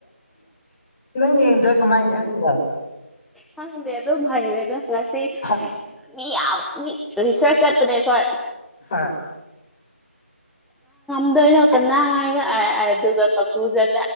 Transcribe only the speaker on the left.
ꯅ ꯏꯗ ꯀꯃꯥꯏꯗꯗ
ꯍꯥ
ꯍꯥ